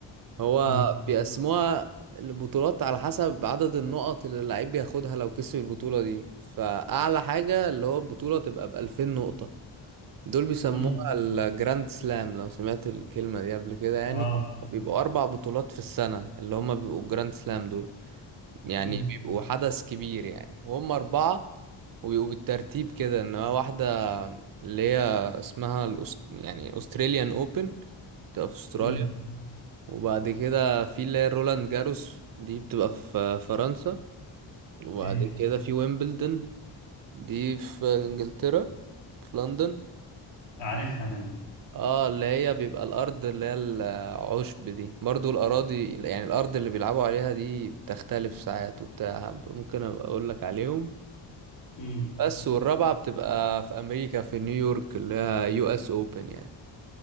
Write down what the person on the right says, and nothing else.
هو
بيقسموها البطولات على حسب عدد النقط اللي اللعيب بياخدها لو كسب البطولة دي فأعلى حاجة اللي هو البطولة تبقى بألفين نقطة دول بيسموها
الجراند سلام لو سمعت الكلمة دي قبل كده يعني
بيبقوا أربع بطولات في السنة اللي هما بيبقوا الجراند سلام دول يعني
بيبقوا حدث كبير يعني وهم أربعة وبيبقوا بالترتيب كده إن هو واحدة اللي هي اسمها الأست... يعني أستراليان أوبن في أستراليا
وبعد كده في اللي هي روland جاروس دي بتبقى في فرنسا وبعد
كده في ويمبلدون دي في انجلترا في لندن
اه اللي هي بيبقى الارض اللي هي العشب دي برضو الاراضي يعني الارض اللي بيلعبوا عليها دي بتختلف ساعات وبتاع ممكن ابقى اقول لك عليهم
بس والرابعة بتبقى في امريكا في نيويورك اللي هي يو اس اوبن يعني